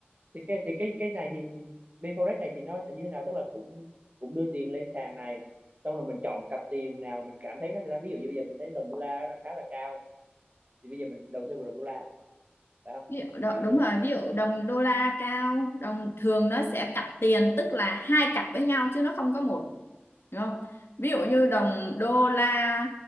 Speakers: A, on the right; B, on the left.
A: thì cái thì cái cái này thì BForex này thì nó sẽ như thế nào tức là cũng cũng đưa tiền lên sàn này xong rồi mình chọn cặp tiền nào mình cảm thấy nó sẽ ra ví dụ như bây giờ mình thấy đồng đô la nó đang khá là cao thì bây giờ mình đầu tư vào đồng đô la à? phải không
B: ví dụ
A: kiểu,
B: đ-
A: kiểu như
B: đúng
A: vậy
B: rồi
A: hả
B: ví dụ đồng đô la cao đồng thường nó sẽ cặp tiền tức là hai cặp với nhau chứ nó không có một đúng không ví dụ như đồng đô la